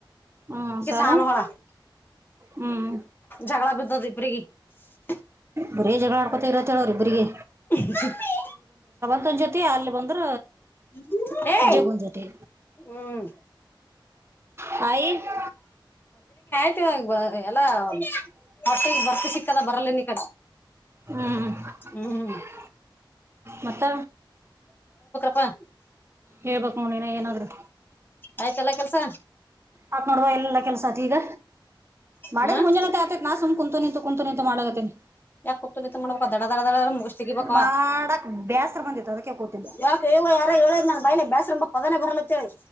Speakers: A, on the right (about 30°); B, on the left (about 25°).
A: ಹ್ಮ್
B: ಕಿಸಾನ
A: ಸಾನು
B: ಹಳ
A: ಹ್ಮ್
B: ಜಗಳ ಬಿದ್ದ ದ ಇಬ್ರಿಗೆ <unintelligible>
A: ಬರೇ ಜಗಳಡ್ಕೋತತಿರತ್ತ ಹೇಳವರಿಬ್ರರಿಗೆ
B: ಮಮ್ಮಿ <unintelligible>
A: ಮನ್ ಜೊತಿ ಅರ್ಲಿ ಬಂದ್ರ
B: <unintelligible> ಏ
A: ಜಗುನ್ ಜೊತೆ
B: ಹ್ಮ್
A: ಹಾಯ್ <unintelligible>
B: <unintelligible> ಎಲ್ಲಾ ಮಟ್ಟಿಗೆ ಬರ್ತಿ ಸಿಕ್ಕದ ಬರಲ್ಲ ಕಡೆ
A: ಹ್ಮ್ <unintelligible>
B: ಹ್ಮ್
A: ಮತ್ತ
B: ಪಾ
A: ಹೇಳ್ಬೇಕ ನೋಡು ನೀನೇ ಏನಾದ್ರು
B: ಆಯ್ತಲ್ಲ ಕೆಲ್ಸ
A: ಆತ್ ನೋಡುವ ಎಲ್ಲ ಕೆಲಸ ಆತಿ ಈಗ ಮಾಡಿದ್ರ್
B: ಹ್ಮ್
A: ಮುಂಜಾನತೆ ಆತತಿ ನಾ ಸುಮ್ಮನೆ ಕುಂತು ನಿಂತು ಕುೂಂತು ನಿು ಮಾಡತ್ತೇನೆ
B: ಯಾಕ ಕತ್ಲ ಮಾಡ್ಬೇಕ ದಡ ದಡ ದಡ ಮುಗಿಸ ತಗಿಬೇಕವಾ
A: ಮಾಡಕ್ ಬೇಸರ ಬಂದಿತ್ತು ಅದಕ್ಕೆ ಕೂತಿದ್ದ
B: ಯ ದೇವ ಯಾರೋ ಹೇಳರ ನನ್ ಬೈಲೆ ಬೇಸಂಬ ಪದನೆ ಬರಲಾ ಅಂತ ಹೇಳಿ